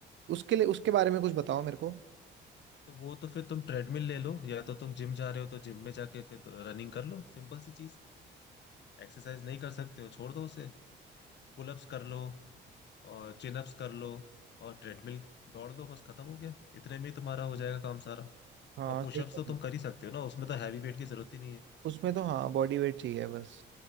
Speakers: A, on the right; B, on the left.
A: उसके लिए उसके बारे में कुछ बताओ मेरे को
B: तो वो तो फिर तुम ट्रेडमिल ले लो या तो तुम जिम जा रहे हो तो जिम में जाके फिर तो रनिंग कर लो सिंपल सी चीज एक्सरसाइज नहीं कर सकते हो छोड़ दो उसे पुलअप्स कर लो और चिन अप्स कर लो और ट्रेडमिल दौड़ लो बस खत्म हो गया इतने में ही तुम्हारा हो जाएगा काम सारा
A: हाँ
B: और पुशअप्स
A: सही कह
B: तो
A: रहे हो।
B: तुम कर ही सकते हो ना उसमें तो हैवी वेट की जरूरत ही नहीं है
A: उसमें तो हाँ बॉडी वेट चाहिए बस